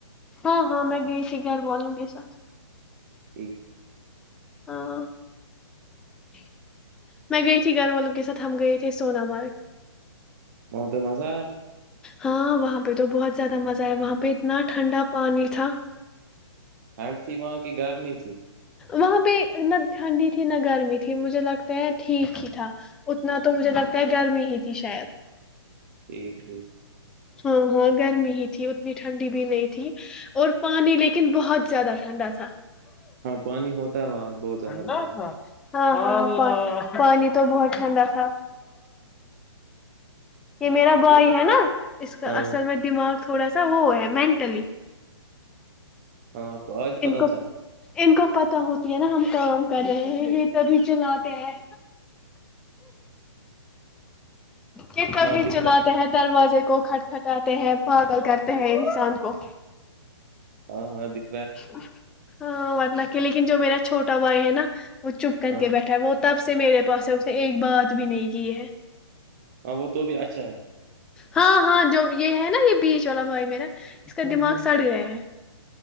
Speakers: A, in the centre; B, on the right (about 35°).
A: ہاں ہاں میں گئی تھی گھر والوں کے ساتھ
B: ایک
A: ہاں جی میں گئی تھی گھر والوں کے ساتھ ہم گئے تے سونامارگ
B: وہاں پہ مزہ آیا
A: ہاں وہاں پہ تو بہت زیادہ مزہ آیا وہاں پہ اتنا ٹھنڈا پانی تھا
B: تھنڈ تھی وہاں کی گرمی تھی
A: وہاں پہ نہ ٹھنڈی تھی نہ گرمی تھی مجھے لگتا ہے ٹھیک ہی تھا اتنا تو مجھے لگتا ہے گرمی ہی تھی شاید
B: ٹھیک ٹھیک <inaudible>
A: ہاں ہاں گرمی ہی تھی اتنی ٹھنڈی بھی نہیں تھی اور پانی لیکن بہت زیادہ ٹھنڈا تھا
B: وانی ہو وہاں بہت زیادہ
A: ٹھنڈا
B: ٹنڈا
A: تھا، ہاں ہاں پانی تو بہت ٹھنڈا تھا یہ میرا بھائی ہے نا اس کا
B: ہاں
A: اصل میں دماغ تھوڑا سا وہ ہے مینٹلی
B: ہاں آپ کو آج پت
A: ان کو
B: چلا
A: ان کو پتتا ہوتی ہے نا ہمیں کام کرے یہ تبھی چلاتے ہیں یہ کب
B: ہاں
A: بھی
B: دکھ
A: چلاتے
B: رہا
A: ہیں دروازے کو کھٹ کٹاتے ہیں پاگل کرتے ہیں انسان کو
B: ہاں ہاں دیک
A: اچ <inaudible> ہاں ورنہ کی لیکن جو میرا چھوٹا بھائی ہے نا وہ چپ کر
B: ہاں
A: کے بیٹھا ہے وہ تب سے میرے پاس ہے اس نے ایک بات بھی نہیں کی ہے
B: ہاں وہ تو بھی اچھا ہے
A: ہاں ہاں جو یہ ہے نا یہ بیچ والا بھائی میرا اس کا دماغ سڑ گیا ہے